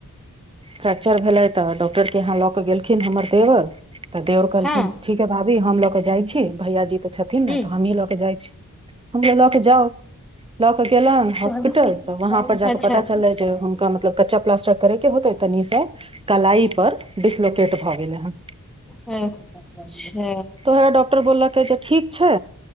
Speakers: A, on the right; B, in the centre.
A: फ्रैेक्चर भेलै तऽ डॉक्टर के यहाँ लऽ के गेलखिन हमर देवर तऽ देव खिन
B: हँ
A: ठीक हइ भाभी हम लऽ कऽ जाइ छी भैयाजी तऽ छथिन
B: हूँ
A: ने तऽ हमहीँ लऽ कऽ जाइत छी हमऽ लऽ कऽ जाउ लऽ केऽ गेल
B: चौबीस
A: हॉस्पिटल
B: में की
A: तऽ
B: खिलाड़ी
A: वहाँपर
B: थी,
A: जाकऽ
B: अच्छा
A: पता
B: पच्चीस
A: चललै
B: में।
A: जे हुनका मतलब कच्चा प्लास्टर करैके होतै तनिसँ कलाइपर डिसलट भऽ गेलै हन
B: अच्छा
A: तऽ हए डॉक्टर बोललकै जे ठीक छै